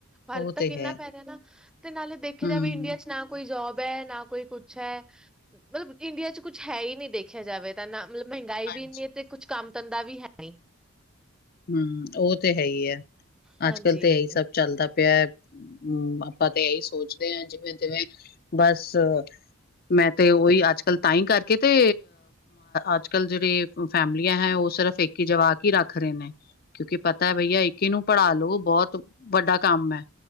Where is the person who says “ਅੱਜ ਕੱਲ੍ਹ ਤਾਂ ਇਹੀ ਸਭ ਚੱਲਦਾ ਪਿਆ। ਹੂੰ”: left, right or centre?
Left